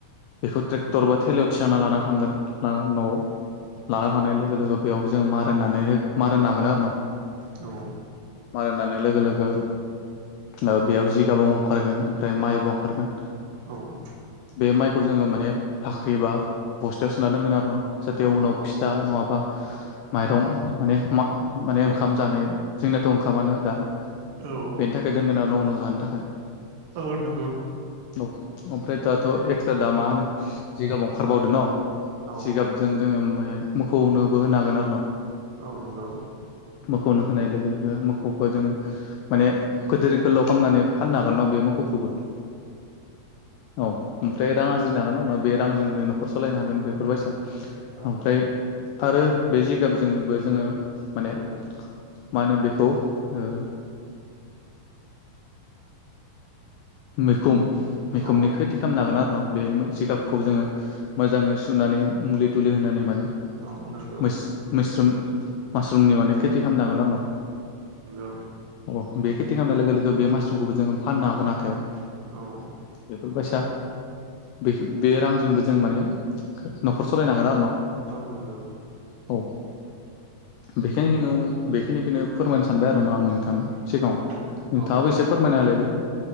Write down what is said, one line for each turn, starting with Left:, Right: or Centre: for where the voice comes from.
Left: बेखौ ट्रेक्टर बा थेलायाव थिखांना लाना थांगोन लाना न'आव
Right: औ
Left: लाना थांनाय
Right: औ
Left: लोगो लोगो बेयाव जोङो मारोन नानो मारोन नागोन आरो न
Right: औ
Left: मारोन नानाय लोगो लोगो ओ बेयाव जिगाव ओंखारगोन ओमफ्राय माइबो ओंखारगोन।
Right: औ
Left: बे माइखौ जोङो माने भाख्रि बा बस्थायाव सोना दोनगोन आरो न जाहाथे उनाव
Right: नंगौ
Left: फिथा
Right: नंगौ
Left: नङाबा माइरं माने मा माने
Right: औ
Left: ओंखाम जानो जोंनाथ ओंखामानो दा
Right: औ
Left: बेनि थाखाय दोनगोन आरो न उनाव जानो थाखाय
Right: औ नोंगौ
Left: औ ओमफ्राय दाथ एक्सट्रा दा मा होन जिगाब ओंखारबावदों न
Right: औ
Left: जिगाबजों जोङो मो मोखौनोबो होनो हागोन आरो न
Right: औ नंगौ
Left: मोखौनो होनाय लोगो लोगो मोसौखौ जों माने गोदोर गोलाव खालामनानै फाननो हागोन न बे मोसौखौबो औ ओमफ्राय रां आरज्रिनो हागोन उनाव बे रांजोंनो न'खर सालायनो हागोन बेफोरबायसा
Right: औ
Left: ओमफ्राय आरो बे जिगाबजोंबो जोङो माने
Right: औ
Left: माहोनो बेखौ ओ मैखुम मैखुमनि
Right: नंगौ
Left: खोथि खालामनो हागोन आरो न बे जिगाबखौ जोङो मोजाङै सुनानै मुलि थुलि होनानै माने
Right: औ नोंगौ
Left: मोस मैस्रुम मास्रुमनि माने खेथि खालामनो हागोन आरो न
Right: औ
Left: अ बे खेथि खालामनाय लोगो लोगो बे मासरुमखौबो जोङ फाननो हागोन हाथायाव
Right: नंगौ
Left: बेफोरबायसा बे बे रांजोंबो जों माने न'खर सालायनो हांगोन आरो न
Right: औ नंगौ
Left: औ बेखिनिखोनो बेखिनिखोनो फोरमायनो सानबाय आरो ना आं नोंथां
Right: औ
Left: सिगाङाव नोंथाङाबो
Right: औ
Left: एसे फोरमायना हालायदो